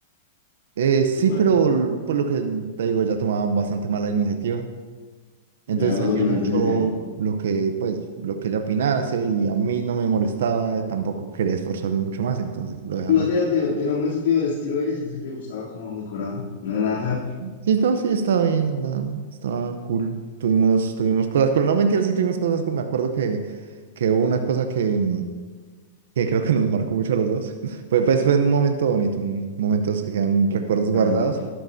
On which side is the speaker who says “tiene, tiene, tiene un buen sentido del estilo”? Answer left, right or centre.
Left